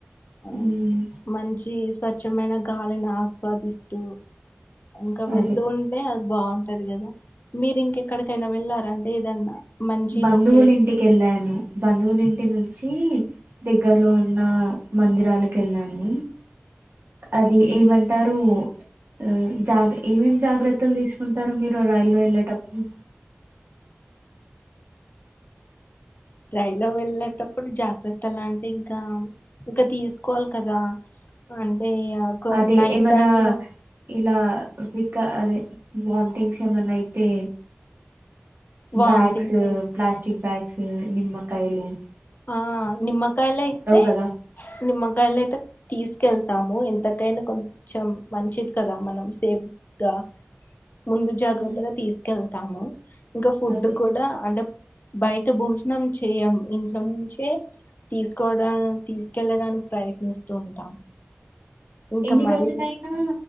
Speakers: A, on the left; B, on the right.
A: అవును
B: ఉమ్
A: మంచి స్వ చ్చమైన గాలిని ఆస్వాదిస్తూ. ఇంకా వెళ్తుంటే
B: అదే
A: అది బాగుంటది గదా మిరింకెక్కడికైనా వెల్ల అంటే ఏదన్నా మంచి
B: బంధువులు
A: లొకే
B: ఇంటికె వెళ్ళాను బంధువులుంటి ఇంటి నుంచి దగ్గరలో ఉన్న మందిరాలకు వెళ్ళాను అది
A: హ్మ్.
B: ఏమంటారు ఆ జాగ ఏమేం జాగ్రత్తలు తీసుకుంటారు మీరు రైల్లో వెళ్ళేటప్పుడు
A: రైలో వెళ్లేటప్పుడు జాగ్రత్తలు అంటే ఇంకా ఇంకా తీసుకోవాలి కదా అంటే ఇగ ఒక
B: అదే
A: నైట్
B: ఏమనా
A: టైమ్ లో
B: ఇలా వికా అదే వామిటింగ్స్ ఏమన్నా అయితే
A: వామిటింగ్స్
B: బ్యాగ్స్
A: అయి
B: ప్లాస్టిక్ బ్యాగ్స్ సే నిమ్మకయలు
A: ఆ నిమ్మకాయలు అయితే
B: కదా
A: నిమ్మకాయలు అయితే తీసుకెళ్తాము ఎంత ఏమైనా కొంచెం మంచిది కదా మనం సేఫగా ముందు జాగ్రత్తగా
B: ఉమ్
A: తీసుకెళ్తాము ఇంకా ఫుడ్
B: అదే
A: కూడా అంటే బయట భోజనం చేయంం ఎందు ఇంట్లో నుంచే తీసుకోవడా తీసుకెళ్ళడానికి ప్రయత్నిస్తూ ఉంటాం ఇంకా
B: ఎన్ని
A: మరి
B: రోజులైనా